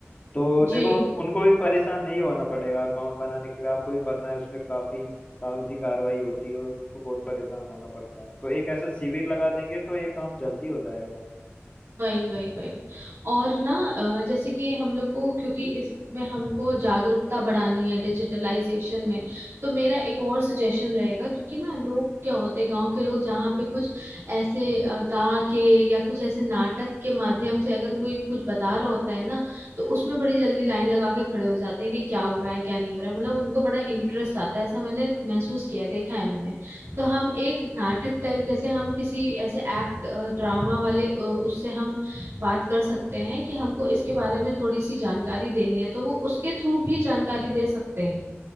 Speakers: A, on the left (about 30°); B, on the right (about 65°).
A: तो देखो
B: जी
A: उन, उनको भी परेशान नहीं होना पड़ेगा अकाउंट बनाने के लिए आपको भी पता है उसमें काफी कागजी कार्रवाई होती है और उनको बहुत परेशान होना पड़ता है तो एक ऐसा शिविर लगा देंगे तो ये काम जल्दी हो जाएगा
B: वही वही वही और ना अ, जैसे कि हम लोग को क्योंकि इसमें हमको जागरूकता बढ़ानी है डिजिटलाइजेशन में तो मेरा एक और सजेशन रहेगा क्योंकि ना लोग क्या होते हैं गांव के लोग जहाँ पे कुछ ऐसे अ, गा के या कुछ ऐसे नाटक के माध्यम से अगर कोई कुछ बता रहा होता है ना तो उसमें बड़ी जल्दी लाइन लगा के खड़े हो जाते हैं कि क्या हो रहा है क्या नहीं हो रहा है मतलब उनको बड़ा इंटरेस्ट आता है ऐसा मैंने महसूस किया है देखा है मैंने
A: हाँ।
B: तो हम एक नाटक टाइप जैसे हम किसी ऐसे एक्ट ड्रामा वाले अ, उससे हम बात कर सकते हैं कि हमको इसके बारे में थोड़ी सी जानकारी देनी है तो वो उसके थ्रू भी जानकारी दे सकते हैं